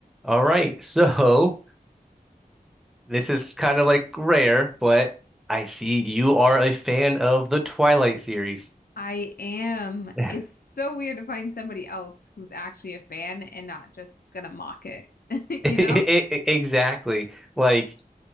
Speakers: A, in the centre; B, on the left (about 80°).
A: All right. So this is kind of like rare, but I see you are a fan of the Twilight series.
B: I am.
A: <laughs> I-
B: It's so weird to find somebody else who's actually a fan and not just gonna mock it. <laughs> You
A: I-
B: know?
A: I- Exactly. Like